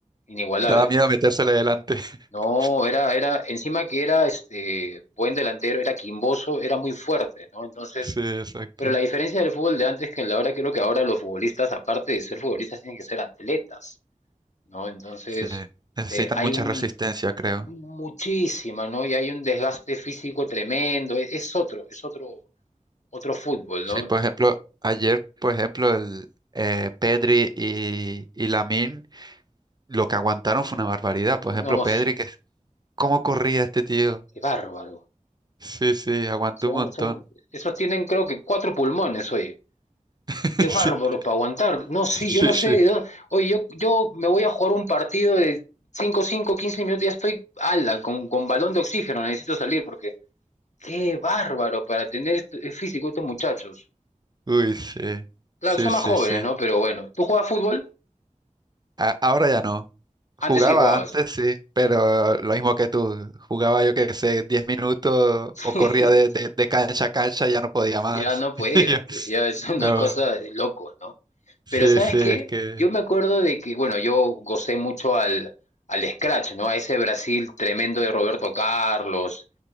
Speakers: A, on the left; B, on the right.
A: inigualable.
B: Daba miedo metérsele delante. <laughs>
A: No, era, era, encima que era este buen delantero, era quimboso, era muy fuerte, ¿no? Entonces,
B: Sí, exacto.
A: pero la diferencia del fútbol de antes que el de ahora, creo que ahora los futbolistas, aparte de ser futbolistas, tienen que ser atletas, ¿no? Entonces,
B: Sí. Necesitan
A: te- hay
B: mucha
A: un
B: resistencia, creo.
A: muchísima, ¿no? Y hay un desgaste físico tremendo, es, es otro, es otro, otro fútbol,
B: Sí,
A: ¿no?
B: por ejemplo, ayer, por ejemplo, el eh, Pedri y, y Lamine, lo que aguantaron fue una barbaridad. Por
A: No,
B: ejemplo, Pedri, que cómo corría este tío.
A: ¡Qué bárbaro!
B: Sí, sí, aguantó
A: Son,
B: un montón.
A: son, esos tienen creo que cuatro pulmones, oye.
B: <laughs>
A: ¡Qué bárbaro para aguantar! No, sí,
B: Sí,
A: yo no sé.
B: sí, sí.
A: yo- oye, yo, yo me voy a jugar un partido de 5 5 15 minutos, ya estoy ala, con, con balón de oxígeno, necesito salir porque... ¡Qué bárbaro para tener est- el físico estos muchachos!
B: Uy, sí.
A: Claro,
B: Sí,
A: son
B: sí,
A: más jóvenes,
B: sí.
A: ¿no? Pero bueno, ¿tú juegas fútbol?
B: A- ahora ya no. Jugaba
A: Antes sí jugabas.
B: antes, sí, pero lo mismo que tú. Jugaba, yo qué sé, diez minutos
A: <laughs>
B: o corría de, de, de cancha a cancha, ya no podía más.
A: Ya no puede,
B: <laughs> Yo,
A: pues ya es una
B: no.
A: cosa de loco, ¿no?
B: Sí,
A: Pero ¿sabes
B: sí,
A: qué?
B: es que.
A: Yo me acuerdo de que, bueno, yo gocé mucho al, al Scratch, ¿no? A ese Brasil tremendo de Roberto Carlos,